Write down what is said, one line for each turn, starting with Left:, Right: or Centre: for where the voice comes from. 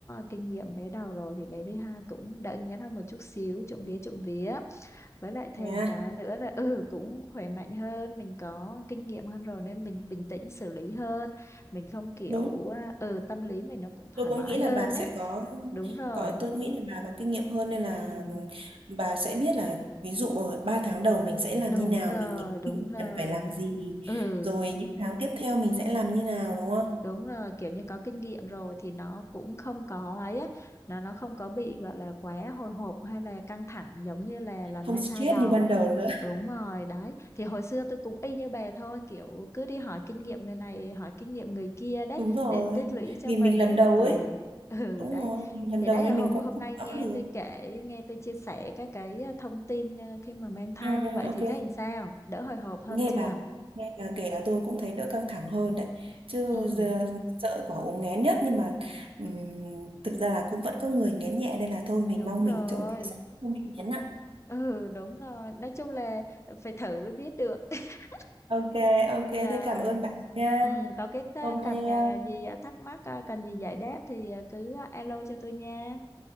Left: kinh nghiệm bé đầu rồi thì bé thứ hai cũng đỡ ngén hơn một chút xíu trộm vía trộm vía với lại thêm
Right: Nha
Left: cái nữa là ừ cũng khỏe mạnh hơn mình có kinh nghiệm hơn rồi nên mình bình tĩnh xử lý hơn mình không kiểu
Right: đúng.
Left: à, ừ tâm lý mình nó cũng thoải
Right: tôi cũng
Left: mái
Right: nghĩ là
Left: hơn
Right: bà sẽ
Left: đấy
Right: có
Left: đúng rồi
Right: có tôi cũng nghĩ là bà có kinh nghiệm hơn nên là
Left: ừ
Right: bà sẽ biết là ví dụ 3 tháng đầu mình sẽ làm
Left: đúng
Right: như nào
Left: rồi
Right: mình nghĩ
Left: đúng rồi
Right: cần phải làm gì
Left: ừ
Right: rồi những tháng tiếp theo mình sẽ làm như nào đúng không
Left: đúng rồi kiểu như có kinh nghiệm rồi thì nó cũng không có ấy á nó nó không có bị gọi là quá hồi hộp hay là căng thẳng giống như là lần
Right: không
Left: mang
Right: stress
Left: thai đầu
Right: như ban đầu nữa
Left: đúng rồi đấy thì hồi xưa tôi cũng y như bà thôi kiểu cứ đi hỏi kinh nghiệm người này hỏi kinh nghiệm người kia
Right: <laughs>
Left: đấy
Right: đúng rồi
Left: để tích lũy cho
Right: vì
Left: mình
Right: mình lần
Left: ấy
Right: đầu
Left: ừ
Right: ấy
Left: <laughs> ừ
Right: đúng
Left: đấy
Right: rồi mình lần
Left: thì
Right: đầu
Left: đấy
Right: nên
Left: là hôm
Right: mình cũng
Left: hôm
Right: không
Left: nay
Right: rõ
Left: nghe
Right: được
Left: tôi kể nghe tôi chia sẻ các cái ờ, thông tin ờ, khi mà mang thai
Right: ừ,
Left: như vậy
Right: ok
Left: thì thấy làm sao đỡ hồi hộp hơn
Right: nghe
Left: chưa
Right: bà nghe bà kể là tôi cũng thấy đỡ căng thẳng hơn đấy chứ
Left: ừ
Right: giờ sợ quả ốm nghén nhất nhưng mà ừm, thực ra là cũng vẫn có người nghén nhẹ nên là thôi mình
Left: đúng
Right: mong
Left: rồi
Right: mình trộm vía sẽ không bị nghén nặng
Left: ừ đúng rồi nói chung là phải thử mới biết được <laughs>
Right: ok ok
Left: rồi
Right: thế cảm ơn bà nha
Left: ừ, có cái ta-
Right: hôm
Left: cần
Right: nay
Left: à,
Right: ờ,
Left: gì à, thắc mắc à, cần gì giải đáp thì à, cứ à, alo cho tôi nha